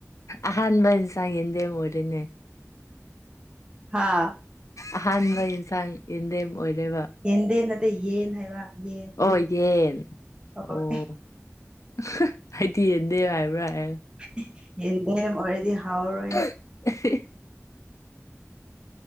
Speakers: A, on the left; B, on the right.
A: ꯑꯍꯥꯟꯕ ꯏꯟꯁꯥꯡ ꯌꯦꯟꯗꯦꯝ ꯑꯣꯏꯔꯦꯅꯦ
B: ꯍꯥꯥ
A: ꯑꯍꯥꯟꯕ ꯌꯦꯟꯁꯥꯡ ꯌꯦꯟꯗꯦꯝ ꯑꯣꯏꯔꯦꯕ
B: ꯌꯦꯟꯗꯦꯝ ꯅꯠꯇꯦ ꯌꯦꯟ ꯍꯥꯏꯕ ꯌꯦꯟ
A: ꯑꯣ ꯌꯦꯟ
B: ꯍꯣꯏ
A: ꯑꯣ ꯑꯍꯥ ꯑꯩꯗꯤ ꯌꯦꯟꯗꯦꯝ ꯍꯥꯏꯕ꯭ꯔꯥ ꯍꯥꯏ
B: <unintelligible> ꯌꯦꯟꯗꯦꯝ ꯑꯣꯏꯔꯗꯤ ꯍꯥꯎꯔꯔꯣꯏ
A: <unintelligible>